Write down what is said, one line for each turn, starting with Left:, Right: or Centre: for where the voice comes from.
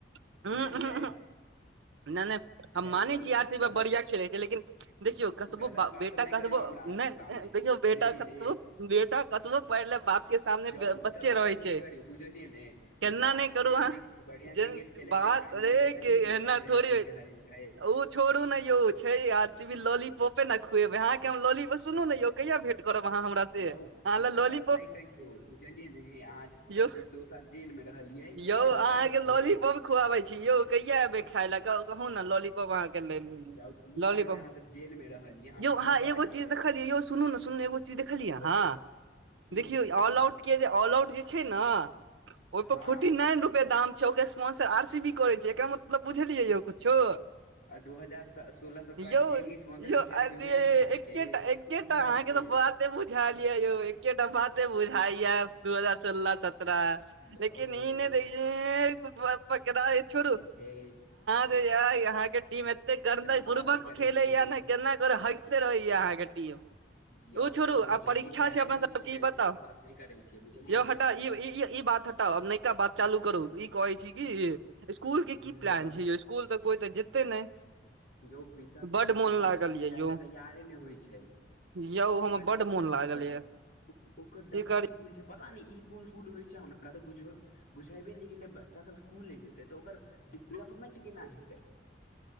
Right: हूँ
Left: बुझलियै
Right: नहि नहि हम
Left: गलत
Right: माने
Left: सब
Right: छी आर सी बी
Left: गलत
Right: बढ़िया खेले लेकिन देखियौ कतबो
Left: गलत
Right: बा
Left: बात
Right: बेटा
Left: सब नहि
Right: कतबो
Left: करियौ हमरा
Right: नहि
Left: सामने
Right: देखियौ
Left: बुझलियै
Right: बेटा कतबो
Left: ने
Right: बेटा कतबो पढ़ ले बाप के सामने
Left: यौ ई
Right: बच्चे
Left: सब बात
Right: रहै छै
Left: नहि करियौ बुझलियै ने
Right: केना
Left: जे बात
Right: नहि
Left: छै
Right: करू अहाँ
Left: जे बढ़िया
Right: जेन
Left: क्रिकेट खेले
Right: बात
Left: छै फाइनल
Right: ये
Left: मे देखलियै
Right: कि
Left: गुजरात
Right: एना
Left: जेहन
Right: थोड़े
Left: टीम
Right: होइ छै
Left: के हरेलकै
Right: ओ छोड़ू ने यौ छै आ लोली पोपे न ने खुएबै अहाँके हम लॉली पर सुनू ने यौ कहिया भेट करब अहाँ हमरा से
Left: यौ
Right: अहाँ
Left: ई
Right: लॉली
Left: सब बात नहि कहियौ बुझलियै ने अहाँ सब
Right: यौ
Left: जे दो साल जेल मे रहलियै
Right: यौ
Left: से हम
Right: अहाँके
Left: कहै छियै
Right: लॉलीपॉप खुआबै छी यौ कहिआ एबै खाय ल क कहु ने लॉलि कहब आहाँ के लेल
Left: जाउ दू
Right: लालीपॉप
Left: साल जे अहाँ सब जेल मे रहलियै हम
Right: यौ
Left: किछु
Right: आहाँ
Left: कहलियै
Right: एगो चिज देखलिये यौ सुनु न सुनु न एगो देखलियै
Left: की
Right: अहाँ
Left: बतबियौ की
Right: देखियौ
Left: बतबियौ
Right: ऑलउट
Left: ने
Right: के ऑलउट जे छै ने ओहिपर
Left: हँ
Right: फोर्टी नाइन रुपआ दाम छै ओकर स्पोन्सर आर सी बी करे छै एकरा मतलब बुझलियै यौ कुछो
Left: दू हजार सोलह सत्रह
Right: यौ
Left: के जेल के स्पोन्सर
Right: यौ
Left: की करै
Right: अरे
Left: छै उ ऐल छै अहाँके
Right: एकेटा एकेटा
Left: सी
Right: अहाँके
Left: एस के
Right: तऽ बाते बुझायल य यौ एकेटा बाते बुझाय य दू हजार सोलह स तरह
Left: यौ
Right: लेकिन ई ने द ये पकड़ा छोड़ू
Left: हे
Right: यहा के टीम एते गंदा
Left: बात
Right: बुर्बक
Left: नहि करै
Right: खेले
Left: छी
Right: या ने केना कर हइ गते रहे य अहाँ के टीम
Left: यौ
Right: ओ छोड़ू आ
Left: जे
Right: परीक्षा
Left: टीम बैन
Right: छै अपना
Left: होइ
Right: सबके
Left: ने
Right: ई
Left: ओ
Right: बताउ
Left: सब हम बात नहि करै छियै बुझलियै
Right: यौटा
Left: ने
Right: ई ई बात हटाउ आब नवका बात चालू करू ई कहै छी कि स्कूल के
Left: ह
Right: की प्लान
Left: बतबी
Right: छै इक तऽ कोइ तऽ जते नहि
Left: यौ बेटा
Right: बड
Left: बेटा
Right: मोन
Left: तऽ
Right: लागल
Left: हमर स्कुल
Right: ये
Left: जाय
Right: यौ
Left: ले तैयारे नहि होइ छै
Right: यौ हमर
Left: बजबे
Right: बड्ड
Left: नहि
Right: मोन लागल
Left: ओकर
Right: ये
Left: ओकर
Right: की
Left: डमी
Right: करी
Left: स्कूल पता नहि ई कोन सुल होइ छै हमरा क त बुझबे बुझेबै ने कि बच्चा सब स्कुल नहि जेतै त ओकर डेवलपमेंट केना हेतै